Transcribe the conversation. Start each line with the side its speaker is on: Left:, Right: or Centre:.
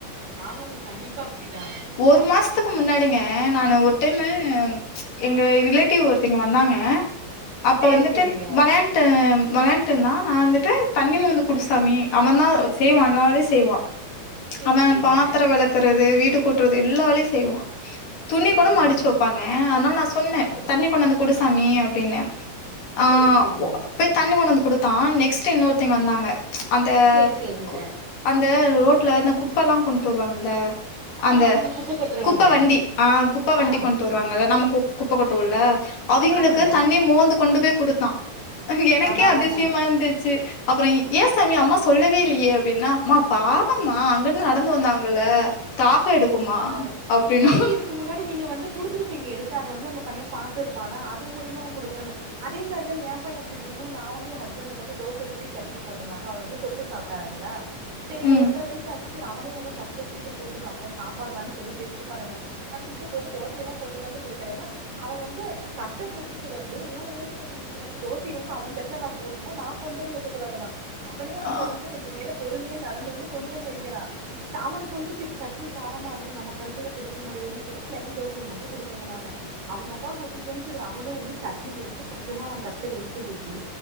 Right: ஆமாங்க கண்டிப்பா அப்டிதா
Left: ஒரு மாசத்துக்கு முன்னாடிங்க நானு ஒரு டைமு
Right: ஆ
Left: எங்க ரிலேட்டிவ் ஒருத்தங்க வந்தாங்க அப்ப
Right: சேரி
Left: வந்துட்டு
Right: சேரிங்க
Left: வளான் ட்டு வளான்ட்டுருந்தான் நான் வந்துட்டு தண்ணி மோந்து குடுசாமி அவன் தா செய்வா எல்லா வேலயு செய்வா
Right: சேரி
Left: அவ
Right: சேரிங்க
Left: பாத்திர விளக்குறது வீடு கூட்றது எல்லாவேலையு செய்வா துணி
Right: சேரி
Left: கூட
Right: சேரிங்க
Left: மடிச்சு வப்பாங்க அனால நா சொன்னே
Right: அதா அதாங்க
Left: தண்ணி கொண்டு வந்து குடுசாமி
Right: ஆ
Left: அப்டின்னு ஆ
Right: சேரி சேரிங்க
Left: ஓ போய் தண்ணி கொண்டு வந்து கொடுத்தான் நெக்ஸ் ட்டு இன்னொருத்தைங்க
Right: ஆ
Left: வந்தாங்க அந்த
Right: சேரி சேரிங்க
Left: கு அந்த ரோட்ல அந்த குப்பல்லா கொண்ட்டு வருவாங்கல்ல அந்த
Right: ஆ ஆமாங்க கொட்டுருவாங்க
Left: குப்ப வண்டி ஆ குப்ப வண்டி
Right: ஆ
Left: கொண்டு வருவாங்கல நம்ம குப்பை கொட்டுவோல அவிங்களுக்கு
Right: ஆமாங்க
Left: தண்ணி மோந்து கொண்டு போய் குடுத்தா எனக்கே
Right: அதா அதாங்க
Left: அதிசயமா
Right: ஆ
Left: இருந்துச்சு அப்புற ஏசாமி அம்மா சொல்லவே இல்லையே அப்டின்னா அம்மா பாவம்மா அங்கருந்து நடந்து வந்தாங்க கல தாகோ எடுக்கும்மா
Right: ஓ அதா அதா
Left: அப்டின்னா
Right: நீங்க வந்து இதுக்கு முன்னாடி நீங்க வந்து குடுத்துருப்பீங்க எடுத்து அத வந்து உங்க பைய பாத்துருப்பானா அது மூலிமா அவுங் குடுக்குறனு அதே மாரி தங்க ஏ பைய அப்டிதானுங்க நா வந்து ஏ ஹஸ்பண்டுக்கு வந்து தோச ஊத்தி சட்னி போட்டனாங்க அவரு வந்து தொட்டு சாப்ட்டு பாருங்ளே சரி
Left: ம்
Right: ஒன்ர வயசு ஆச்சு சரி அவனே வந்து தட்டுல பிச்சு போட்டு பாக்கலா சாப்பாறான் சொல்லி டெஸ்ட்டு பண்ணுனே நா பிச்ச போட்டு தோசையெல்லா கொண்டு வந்து குடுக்குறேங்க அவ வந்து தட்ட தூக்கிட்டு வந்து ஊ ஊன்னு சொல்லி நீட்டுறாங்க தோச வந்து அவ தட்ல ந போணுமா நான் கொண்டு வந்து வைக்க கூடாதமா அவனே அங்க
Left: ஆ
Right: இருந்து ரெண்டு கைல பொறுமையா நடந்து வந்து கொண்டு வந்து வைக்கிறா அவனுக்கு வந்து சி ச ட்னி காரமா இருக்குன் நமக்கு அரச்சத குடுக்க முடியதுன் சொல்லி பிளெய்ன் தோசைய மட்டு குடுத்தேங்க நானு. அவுங்க அப்பா கூட்டிட்டேன்னு செரி அவளு ம் வந்து சட்னி எடுத்து கொஞ்சமா அவன் தட்டுல எடுத்து ஊத்தி